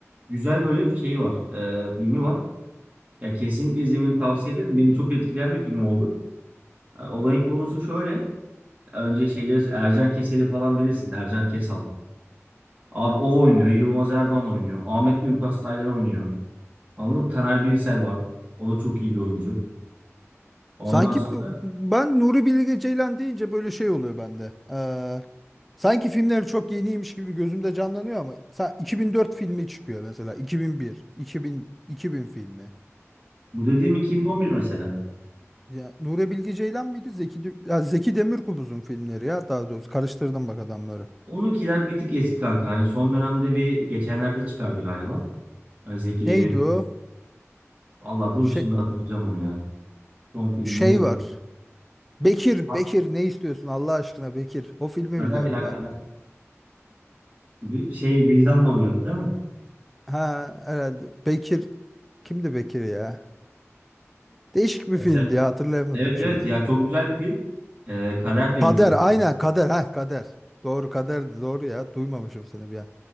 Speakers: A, on the right; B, in the centre.
A: güzel böyle şey var. e, filmi var. Ya kesinlikle izlemeni tavsiye ederim. Beni çok etkileyen bir film oldu. E, Olayın konusu şöyle. Önce şeyleri Ercan Keseli falan bilirsin. Ercan Kesal. Abi o oynuyor. Yılmaz Erdoğan oynuyor. Ahmet Mümtaz Taylan oynuyor. Anladın mı? Taner Birsel var. O da çok iyi bir oyuncu. Ondan
B: Sanki
A: sonra
B: b- ben Nuri Bilge Ceylan deyince böyle şey oluyor bende. Ee, sanki filmleri çok yeniymiş gibi gözümde canlanıyor ama sa- 2004 filmi çıkıyor mesela. 2001, 2000, bin iki bin filmi.
A: bu dediğim 2011 mesela.
B: Ya, Nuri Bilge Ceylan mıydı? Zeki, Dü- ya, Zeki Demirkubuz'un filmleri ya daha doğrusu karıştırdım bak adamları.
A: 12'ler bir tık eski kanka. Hani son dönemde bir geçenlerde çıkardı galiba. Hani Zeki
B: Neydi
A: Demirkubuz.
B: o?
A: Vallahi dur
B: Şey,
A: şimdi hatırlayacağım onu ya. Son film
B: şey
A: neydi
B: var.
A: onun?
B: Bekir,
A: Ha,
B: Bekir ne istiyorsun Allah aşkına Bekir. O filmi
A: Kader
B: biliyorum
A: ya
B: ben.
A: Kader. Bir Şey Vildan'la oynuyordu değil mi?
B: Ha herhalde. Bekir kimdi Bekir ya? Değişik bir
A: Mesela-
B: filmdi ya hatırlayamadım
A: Evet evet
B: şimdi.
A: ya çok güzel bir film. Ee, Kader filmi
B: Kader
A: zaten.
B: aynen Kader ha Kader. Doğru Kader'di doğru ya duymamışım seni bir an.